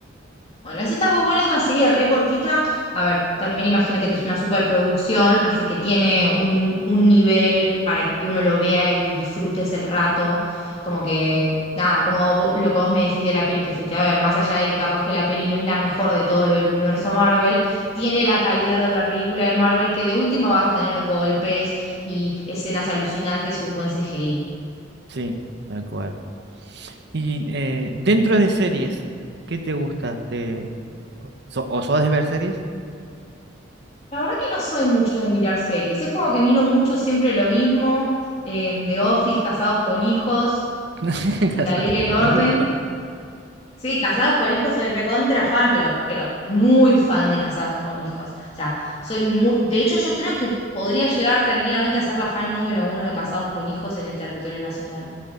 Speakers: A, on the left (about 35°); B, on the right (about 65°).
A: Bueno, esa está muy buena, es una serie re cortita. A ver, también imagínate que es una superproducción, así que tiene un, un nivel para que uno lo vea y disfrutes el rato. Como que, nada, como vo- lo que vos me decís de la peli que fuiste a ver, más allá de que capaz que la peli no es la mejor de todo lo del universo Marvel, tiene la calidad de otra película de Marvel que de última vas a tener golpes y escenas alucinantes y un buen CGI.
B: Sí, tal cual. Y eh, dentro de series, ¿qué te gusta? ¿Te... so- ¿O sos de ver series?
A: La verdad que no soy mucho de mirar series. Es como que miro mucho siempre lo mismo. em, The Office, Casados con Hijos,
B: <laughs>
A: La
B: Casado
A: Ley y el Orden.
B: con hijo.
A: Sí, Casados con Hijos soy recontra fan, pero, pero muy fan de Casados con Hijos. O sea, soy muy. De hecho, yo creo que podría llegar tranquilamente a ser la fan número uno de Casados con Hijos en el territorio nacional.